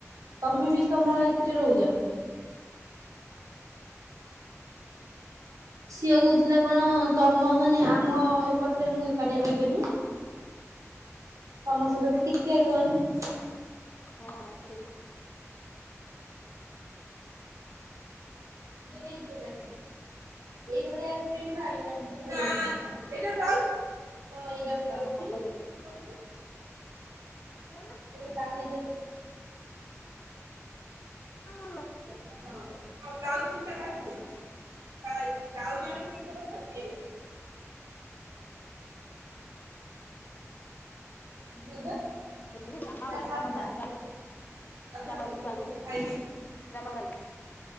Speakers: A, on the right (about 85°); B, on the left (about 35°).
A: ତମେ ବି ତମ ଏଥିରେ ରହୁଛ। ସିଅ କହୁଥିଲା କଣ ତମ ମାନେ ଆମ ଏପଟରେ ମୁଁ ଏକାଟିଆ ରହିପାରିବି। ତମ ସେପଟେ ଟିକେ ରୁହନି।
B: ହଁ ଠିକ୍।
A: ଏଇଭଳିଆ ପ୍ରିଣ୍ଟ ଗୁଡା ହଁ ଏଇଟା ପା ବ୍ଲାଉଜ୍
B: ଧର ହାତ
A: ପିସ୍।
B: ଧୋ ସେ
A: ଦ ପାଣି ଗଛ
B: <unintelligible>
A: ହଁ ବ୍ଲାଉଜ ପିସ୍ ଟା କାଟିି ଦେ। ବ୍ଲାଉଜ୍ ଆଣିକି ପଛି ଏଇ ହଁ ବା।
B: ସେଇ ଜାମା
A: ପୁରା
B: ଓଦା
A: ସାଧା।
B: ହବନା ଚାଲେ।
A: ସାଧା
B: ଜାମା
A: ବ୍ଲାଉଜ
B: ବାଲି ହବ।
A: ଭାଇ ହଁ।
B: ଜାମା